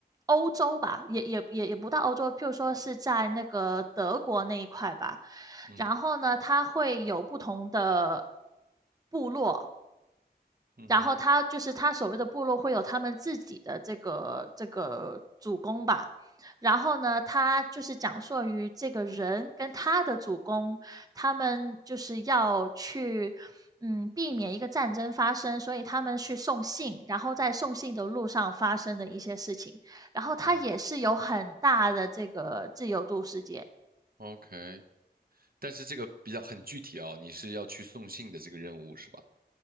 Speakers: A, on the right (about 20°); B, on the right (about 60°).
A: 欧洲吧，也也也也不到欧洲，譬如说是在那个德国那一块吧。
B: 嗯
A: 然后呢，它会有不同的部落，
B: 嗯哼，
A: 然后他就是他所谓的部落会有他们自己的这个这个主公吧，然后呢，他就是讲述于这个人跟他的主公，他们就是要去。嗯，避免一个战争发生，所以他们去送信，然后在送信的路上发生的一些事情，然后他也是有很大的这个自由度世界，
B: 哦，OK。但是这个比较很具体哦，你是要去送信的这个任务是吧